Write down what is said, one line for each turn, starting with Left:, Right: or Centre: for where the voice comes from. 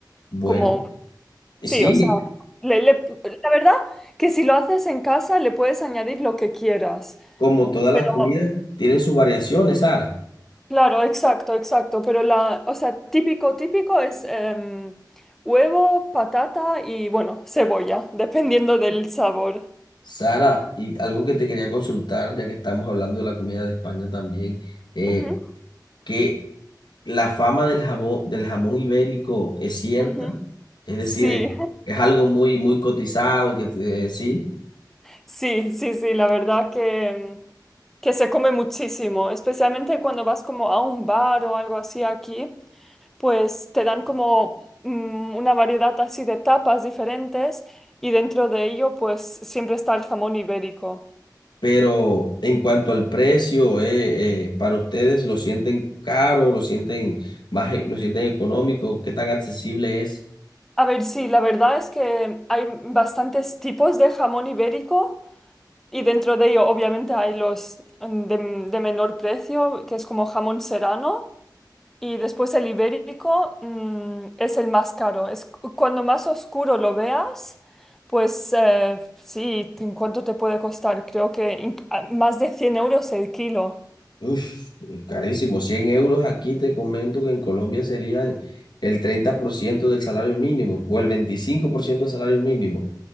Left: bueno,
Centre: como,
Left: y
Centre: sí,
Left: sí.
Centre: o sea, le- le- la verdad que si lo haces en casa le puedes añadir lo que quieras,
Left: Como todas
Centre: pero
Left: las comidas, tienen sus variaciones, Sara.
Centre: claro, exacto, exacto, pero la, o sea, típico, típico es em, huevo, patata y bueno, cebolla, <laughs> dependiendo del sabor.
Left: Sara, y algo que te quería consultar, ya que estamos hablando de la comida de España también, eh,
Centre: Ujú,
Left: que la fama del jabón, del jamón ibérico es cierta,
Centre: ujú.
Left: es decir,
Centre: Sí,
Left: es, es algo muy, muy cotizado, que te- sí,
Centre: <laughs> sí, sí, sí, la verdad que... em, que se come muchísimo, especialmente cuando vas como a un bar o algo así aquí, pues te dan como mm, una variedad así de tapas diferentes y dentro de ello pues siempre está el jamón ibérico.
Left: pero en cuanto al precio, eh, eh, para ustedes lo sienten caro, lo sienten más, e- lo sienten económico, ¿qué tan accesible es?
Centre: A ver, sí, la verdad es que hay bastantes tipos de jamón ibérico y dentro de ello obviamente hay los mm, de, de menor precio, que es como jamón serrano. Y después el ibérico, mm, es el más caro. Es, cu- cuando más oscuro lo veas, pues eh, sí, ¿en ¿cuánto te puede costar? Creo que inc- a- más de cien euros el kilo.
Left: Uf, carísimo. cien euros aquí te comento que en Colombia serían el 30% del salario mínimo o el 25% del salario mínimo.